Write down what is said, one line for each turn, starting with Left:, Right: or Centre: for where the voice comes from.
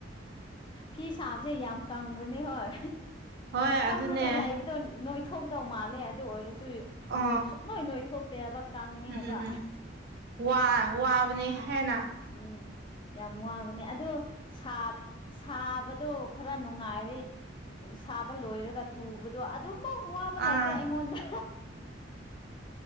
Left: ꯐꯤ ꯁꯥꯕꯁꯦ ꯌꯥꯝ ꯀꯪꯕꯅꯦ ꯍꯣꯏ
Right: ꯍꯣꯏ
Left: ꯐꯝꯔꯒ
Right: ꯑꯗꯨꯅꯦ
Left: ꯂꯩꯕꯗꯣ ꯅꯣꯏꯊꯣꯛꯗꯧ ꯃꯥꯜꯂꯦ ꯑꯗꯨ ꯑꯣꯏꯔꯁꯨ ꯗꯨꯏ ꯅꫭꯏ
Right: ꯑ
Left: ꯁꯨꯛ ꯅꯣꯏꯊꯣꯛꯇꯦꯕ ꯀꯪꯉꯦꯕ꯫
Right: ꯎꯝ ꯋꯥ ꯋꯥꯕꯅꯤ ꯍ‌ꯦꯟꯅ꯫
Left: ꯎꯝ ꯌꯥꯝ ꯋꯥꯕꯅꯦ ꯑꯗꫭ ꯁꯥ꯫ ꯁꯥꯕꯗꯣ ꯈꯔ ꯅꯨꯡꯉꯥꯏꯔꯦ ꯁꯥꯕ ꯂꯣꯏꯔꯒ ꯇꯨꯕꯗꯣ ꯑꯗꯨꯝ꯫ ꯑꯗꯨꯛ ꯋꯥꯕ
Right: ꯑꯥ
Left: ꯂꯩꯇꯦ ꯑꯩꯉꯣꯟꯗ꯫